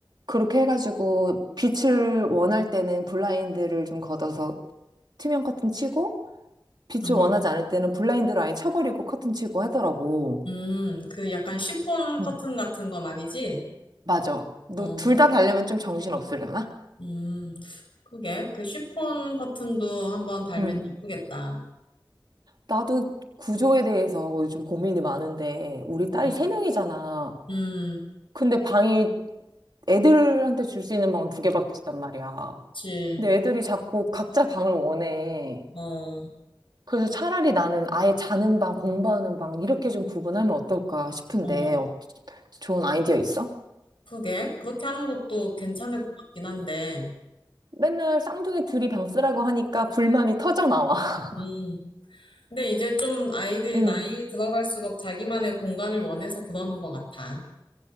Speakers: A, on the right; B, on the left.
A: 그렇게 해가지고 빛을 원할 때는 블라인드를 좀 걷어서 투명 커튼 치고, 빛을
B: 음,
A: 원하지 않을 때는 블라인드를 아예 쳐버리고 커튼 치고 하더라고.
B: 음, 그 약간 쉬폰
A: 응,
B: 커튼 같은 거 말이지?
A: 맞아. 너
B: 어,
A: 둘 다 달려면 좀 정신 없으려나?
B: 음, 그게, 그 쉬폰 커튼도 한번 달면
A: 응.
B: 예쁘겠다.
A: 나도 구조에 대해서 요즘 고민이 많은데, 우리 딸이
B: 음,
A: 세 명이잖아.
B: 음,
A: 근데 방이 애들한테 줄 수 있는 방은 두 개밖에 없단 말이야.
B: 그치,
A: 근데 애들이 자꾸 각자 방을 원해.
B: 어,
A: 그래서 차라리 나는 아예 자는 방, 공부하는 방, 이렇게 좀 구분하면 어떨까 싶은데,
B: 어,
A: 어, 좋은 아이디어 있어?
B: 그게, 그렇게 하는 것도 괜찮을 것 같긴 한데,
A: 맨날 쌍둥이 둘이 방 쓰라고 하니까 불만이 터져 나와. <laughs>
B: 음, 근데 이제 좀 아이들이
A: 음.
B: 나이 들어갈수록 자기만의 공간을 원해서 그러는 것 같아.